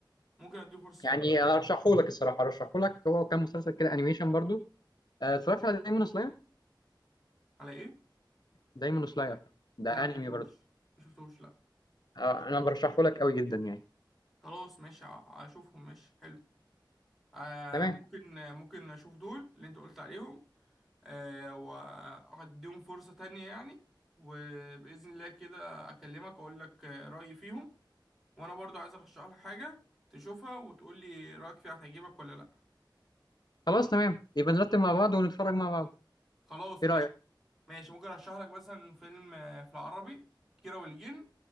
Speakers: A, in the centre; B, on the left (about 55°).
A: ممكن اديله فرصه
B: يعني
A: تانية
B: ارشحه لك الصراحه ارشحه لك هو كان مسلسل كده انيميشن برضو آه، اتفرجت على دايمون سلاير
A: على ايه
B: دايمون سلاير ده
A: لا ما
B: انمي
A: شفتوش
B: برضو
A: ما شفتوش لا
B: آه، انا برشحه لك قوي جدا يعني
A: خلاص ماشي ه- هشوفهم ماشي حلو آه
B: تمام
A: ممكن آه، ممكن اشوف دول اللي انت قلت عليهم آه وهديهم فرصة تانية يعني وبإذن الله كده اكلمك اقول لك آه، رأيي فيهم وانا برضو عايز ارشح لك حاجة تشوفها وتقول لي رأيك فيها هتعجبك ولا لا
B: خلاص تمام يبقى نرتب مع بعض ونتفرج مع بعض
A: خلاص
B: ايه
A: ماشي
B: رايك
A: ماشي ممكن ارشح لك مثلا فيلم آه، في العربي كيرة والجن